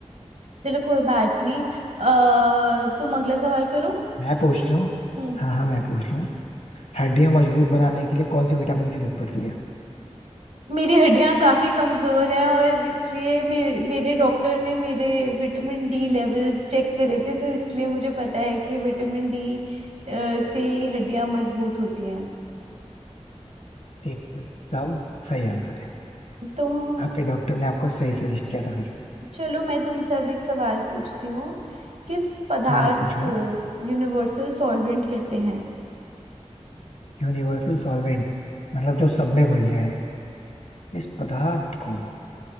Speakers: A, on the right; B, on the left.
A: चलो कोई बात नहीं अ, तुम अगला सवाल करो
B: मैं पूछ लूँ
A: हम्म
B: हाँ हाँ मैं पूछ लूँ हड्डियां मजबूत बनाने के लिए कौन से विटामिन की जरूरत पड़ती है
A: मेरी हड्डियां काफी कमजोर हैं और इसलिए मेरे मेरे डॉक्टर ने मेरे विटामिन डी लेवल्स चेक करे थे तो इसलिए मुझे पता है कि विटामिन डी से हड्डियां मजबूत होती हैं
B: एक साहब सही आंसर है
A: तुम
B: आपके डॉक्टर ने आपको सही सजेस्ट किया था फिर
A: चलो मैं तुमसे अब एक सवाल पूछती हूँ किस पदार्थ
B: हाँ आप पूछो
A: को यूनिवर्सल सॉल्वेंट कहते हैं
B: Universal solvent मतलब जो सब में घुल जाए इस पदार्थ को